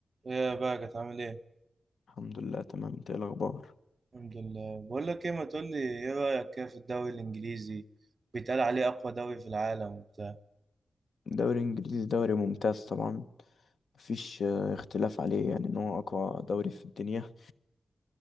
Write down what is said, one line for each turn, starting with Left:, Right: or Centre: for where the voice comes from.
Right: ايه يا بقى كانت عامل ايه؟
Left: الحمد لله تمام انت ايه الاخبار
Right: الحمد لله بقول لك ايه ما تقول لي ايه رأيك كده في الدوري الانجليزي بيتقال عليه اقوى دوري في العالم وبتاع
Left: دوري انجليزي دوري ممتاز طبعا مفيش آه، اختلاف عليه يعني ان هو اقوى دوري في الدنيا